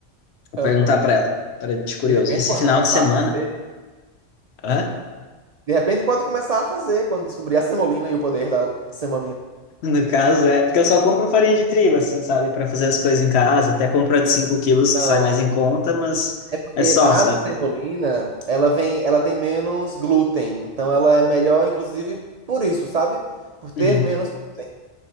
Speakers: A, on the left (about 65°); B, on the right (about 80°).
A: vou
B: Aham.
A: perguntar para ela, para te curioso.
B: De repente
A: Esse
B: pode
A: final
B: começar
A: de semana,
B: a fazer.
A: hã?
B: De repente pode começar a fazer quando descobrir a semolina e o poder da semolina.
A: No caso, é porque eu só compro farinha de trigo, assim, sabe? Para fazer as coisas em casa, até compro a de 5 quilos,
B: Então,
A: que sai mais em conta, mas
B: é porque
A: é só,
B: a
A: sabe?
B: de semolina, ela vem, ela tem menos glúten, então ela é melhor inclusive por isso, sabe? Por ter
A: Uhum.
B: menos glúten.